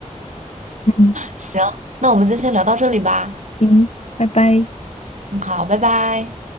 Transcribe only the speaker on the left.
嗯，
行，拜拜。